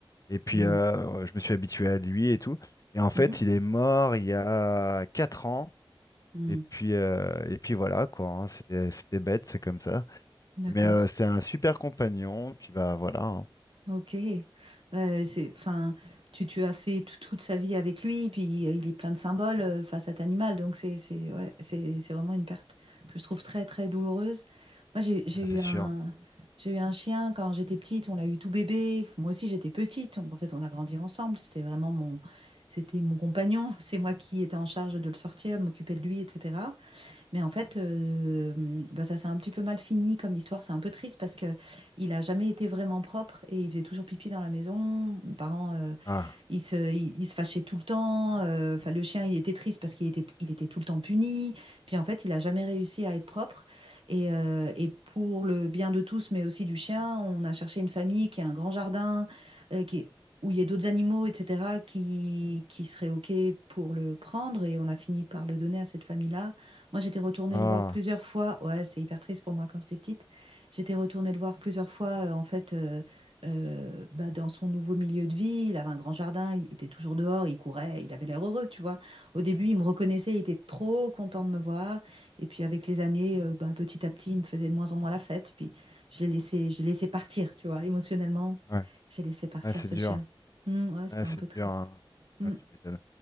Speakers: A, on the left (about 40°); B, on the right (about 80°).
A: Et puis,
B: mm,
A: euh, je me suis habitué à lui et tout. Et en fait,
B: mhm,
A: il est mort il y a 4 ans.
B: mm.
A: Et puis, euh, et puis voilà, quoi. hein. C'était, c'était bête, c'est comme ça.
B: D'accord.
A: Mais euh, c'était un super compagnon. Puis bah voilà, hein.
B: Ok, Bah, c'est, enfin, tu, tu as fait tout- toute sa vie avec lui, puis euh, il est plein de symboles euh, face à cet animal, donc c'est c'est ouais, c'est c'est vraiment une perte que je trouve très très douloureuse. Moi j'ai j'ai
A: Ah,
B: eu
A: c'est
B: un
A: sûr.
B: j'ai eu un chien quand j'étais petite, on l'a eu tout bébé. Moi aussi j'étais petite, donc en fait on a grandi ensemble. C'était vraiment mon c'était mon compagnon, <laughs> c'est moi qui étais en charge de le sortir, de m'occuper de lui, etc. Mais en fait, heu, mmh, bah, ça s'est un petit peu mal fini comme histoire. C'est un peu triste parce que il a jamais été vraiment propre et il faisait toujours pipi dans la maison. Mes parents, euh,
A: Ah,
B: il se, il, il se fâchait tout le temps. euh, Enfin, le chien, il était triste parce qu'il était, il était tout le temps puni. Puis en fait, il a jamais réussi à être propre. Et, euh, et pour le bien de tous, mais aussi du chien, on a cherché une famille qui a un grand jardin, euh, qui, est- où il y a d'autres animaux, etc., qui, qui seraient OK pour le prendre. Et on a fini par le donner à cette famille-là. Moi, j'étais retournée
A: ah,
B: le voir plusieurs fois. Ouais, c'était hyper triste pour moi quand j'étais petite. J'étais retournée le voir plusieurs fois, euh, en fait. euh, euh, bah, dans son nouveau milieu de vie, il avait un grand jardin, il était toujours dehors, il courait, il avait l'air heureux, tu vois. Au début, il me reconnaissait, il était trop content de me voir. Et puis avec les années, euh, bah, petit à petit, il me faisait de moins en moins la fête. Puis je l'ai laissé, je l'ai laissé partir, tu vois, émotionnellement,
A: ouais,
B: j'ai laissé partir
A: Ouais, c'est
B: ce
A: dur.
B: chien. Hmm, ouais, c'était
A: Ouais,
B: un
A: c'est
B: peu triste.
A: dur. hein.
B: Hmm,
A: Ouais, tu m'étonnes.